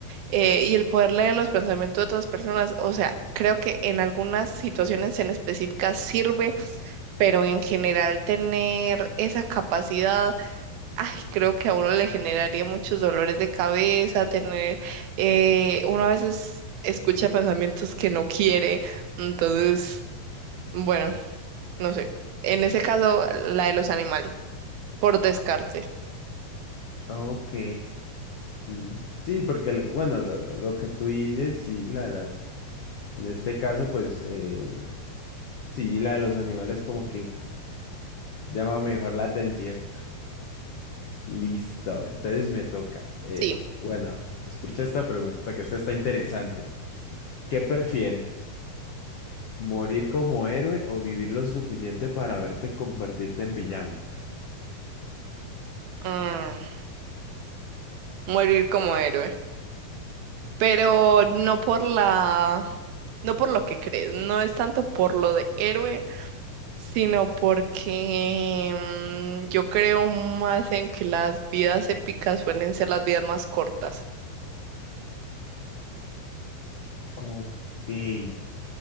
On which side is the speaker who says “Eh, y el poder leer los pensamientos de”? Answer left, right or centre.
Right